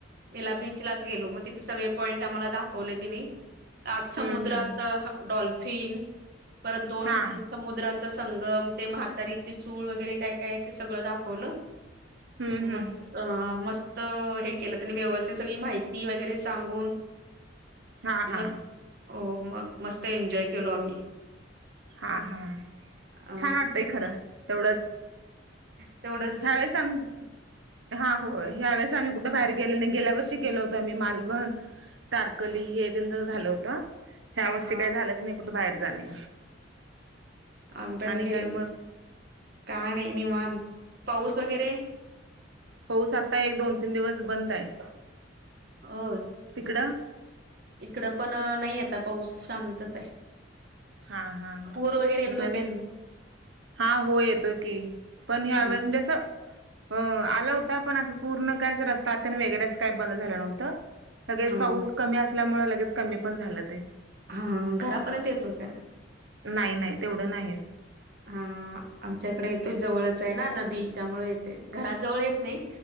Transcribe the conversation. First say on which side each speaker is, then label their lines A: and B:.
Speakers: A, on the right (about 50°); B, on the right (about 70°).
A: हिला बीचलाच गेलो मग तिथे सगळे पॉइंट आम्हाला दाखवले तिनी आज समुद्रात
B: हम्म हम्म
A: डॉल्फिन परत दोन
B: हा
A: समुद्रांचा संगम ते म्हातारीची चूळ वगैरे काय काय ते सगळं दाखवलं.
B: हम्म हम्म
A: मस्त मस्त हे केलं त्यांनी व्यवस्थित सगळी माहि ती वगैरे सांगून.
B: हा हा
A: मस्त हो म मस्त एन्जॉय केलो आम्ही
B: हां हां
A: अ
B: छान वाटतं आहे खरं तेवढंच.
A: तेवढं
B: ह्यावेळेस आम् हा हो ह्या वेळेस आम्ही कुठे बाहेर गेलो नाही गेल्या वर्षी गेलो होतो आम्ही मालवण. तारकली हे जाऊन झालं होतं ह्या वर्षी
A: अ
B: काही झालंच नाही कुठे बाहेर जाणे.
A: आम् पण
B: आणि
A: गेलो
B: काय मग
A: का नाही निवांत पाऊस वगैरे
B: पाऊस आता एक दोन तीन दिवस बंद आहे.
A: हो
B: तिकडं
A: इकड पण नाही आता पाऊस शांतच आहे.
B: हा हा
A: पूर वगैरे येतोय
B: मग नवीन.
A: काय नाही?
B: हा हो येतो की पण ह्या
A: हा
B: वेळेस म्हणजे असं. अ आला होता पण असं पूर्ण काय रस्तात आणि वगैरेच काही बंद झालं नव्हतं. लगेच
A: हा
B: पाऊस कमी असल्यामुळे लगेच कमी पण झालं ते
A: हा घरापर्यंत येतोय काय?
B: नाही, नाही तेवढं नाही येत.
A: हा आमच्या इकडे येतोय जवळच आहेना नदी त्यामुळे येते घराजवळ येत नाही.